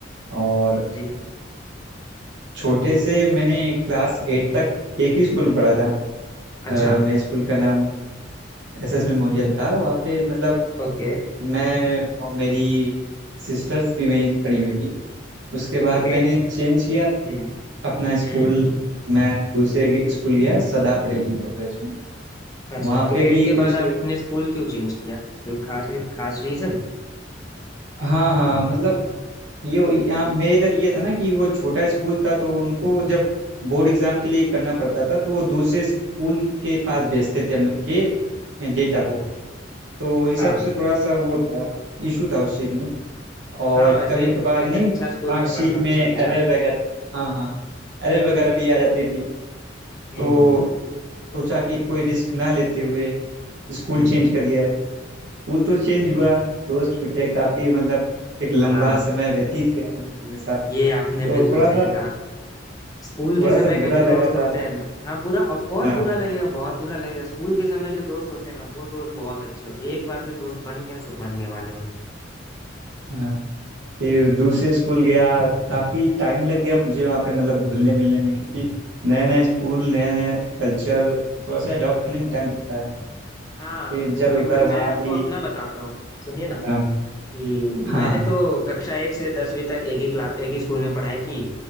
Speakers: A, on the right; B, on the left.
A: और
B: जी
A: छोटे से मैंने क्लास एट तक एक ही स्कूल में पढ़ा था
B: अच्छा
A: अ, मेरे स्कूल का नाम एसएस मेमोरियल था वहाँ पे मतलब
B: ओके
A: मैं और मेरी सिस्टर्स भी वहीं पढ़ी हुई थी उसके बाद
B: तो एट
A: मैंने चेंज किया
B: हम्म
A: अपना स्कूल
B: हम्म
A: मैं दूसरे गे- स्कूल गया सदा पटेल इंटर कॉलेज में
B: अच्छा
A: वहाँ
B: तो
A: पे भी
B: एट के
A: कुछ
B: बाद आपने स्कूल क्यों चेंज किया कोई खास खास रीजन
A: हाँ हाँ मतलब ये यहाँ मेरे इधर ये था ना कि वो छोटा स्कूल था तो उनको जब बोर्ड एग्जाम के लिए करना पड़ता था तो वो दूसरे स्कूल के पास भेजते थे हम लोग के डेटा को तो इस
B: हाँ
A: हिसाब से थोड़ा सा वो था इशू था उस चीज़ में और
B: हाँ वैसे
A: कभी कभार
B: एक
A: नहीं
B: अच्छा स्कूल
A: मार्कशीट
B: में पढ़ना
A: में
B: तो सभी
A: एरर
B: चाहते हैं
A: वगैरह हाँ हाँ एरर वगैरह भी आ जाती थी
B: हम्म
A: तो
B: हम्म
A: सोचा कि कोई रिस्क ना लेते हुए स्कूल
B: हम्म,
A: चेंज कर दिया स्कूल तो चेंज हुआ दोस्त छूटे काफी मतलब एक लंबा
B: हाँ
A: समय व्यतीत किया हम लोगों के साथ
B: ये आपने
A: तो
B: बिल्कुल
A: थोड़ा
B: सही
A: सा
B: कहा स्कूल के
A: थोड़ा
B: समय
A: सा
B: के
A: बुरा
B: जो
A: लगा
B: दोस्त होते
A: था
B: हैं ना- हाँ बुरा ऑफ कोर्स
A: हाँ
B: बुरा लगेगा बहुत बुरा लगेगा स्कूल के समय जो दोस्त होते हैं ना वो दोस्त बहुत अच्छे होते हैं एक बार जो दोस्त बन गए सो बन गए वाले होते
A: हाँ फिर दूसरे स्कूल गया काफी टाइम लग गया मुझे वहाँ पे मतलब घुलने मिलने में क्योंकि नया नया स्कूल नया नया कल्चर थोड़ा सा अडॉप्ट होने में टाइम लगता है
B: हैं हाँ
A: फिर जब एक
B: हम
A: बार
B: मैं
A: वहाँ
B: आपको
A: भी
B: अपना बताता हूँ सुनिए ना
A: हाँ,
B: कि
A: हाँ
B: मैंने
A: हाँ
B: तो कक्षा एक से दसवीं तक एक ही क्लास एक ही स्कूल में पढ़ाई की